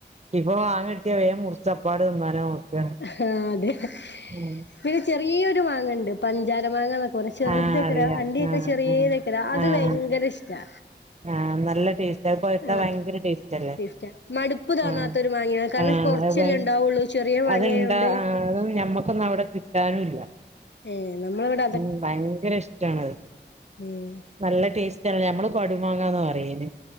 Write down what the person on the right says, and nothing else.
ഇപ്പൊ മാങ്ങ കിട്ടിയ വേഗം മുറിച്ച് അപ്പാട് തിന്നാന നോക്ക
ഉം
ആഹ് അറിയാം
ആഹ്
ആഹ്
ആഹ്
ആഹ് നല്ല ടേസ് അത് പഴ്ത്ത
ഭയങ്കര ടേസ്റ്റ് അല്ലേ
ആഹ്
ആഹ്
അത് ഭയ
അത്ണ്ടാ ആഹ് അതും ഞമ്മക്കൊന്നും അവിടെ കിട്ടാനും ഇല്ല
ഉം ഭയങ്കര ഇഷ്ടാണത്
നല്ല ടേസ്റ്റാണ് ഞമ്മള് പടുമാങ്ങന്ന പറയന്